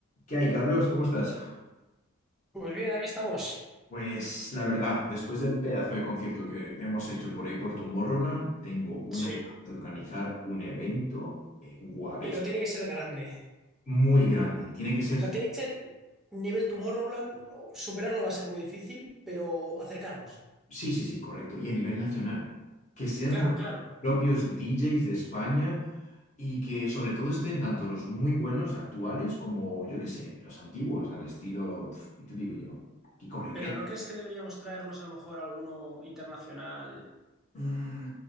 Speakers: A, on the left (about 35°); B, in the centre.
A: ¿Qué hay, Carlos? ¿Cómo estás?
B: Pues bien, aquí estamos.
A: Pues la verdad, después del pedazo de concierto que hemos hecho por ahí por Tomorrowland, tengo una
B: Sí,
A: ganas de organizar un evento eh, guapísimo,
B: Pero tiene que ser grande.
A: muy grande. Tiene que ser,
B: O sea, tiene que ser nivel Tomorrowland. o Superarlo va a ser muy difícil, pero acercarnos.
A: sí, sí, sí, correcto, y a nivel nacional. Que sean
B: claro,
A: con
B: claro.
A: propios DJs de España y que sobre todo estén tanto los muy buenos actuales como, yo qué sé, los antiguos, al estilo, pf, ¿qué te digo yo? Kiko Rivera.
B: Pero ¿no crees que deberíamos traernos a lo mejor alguno internacional?
A: Mm,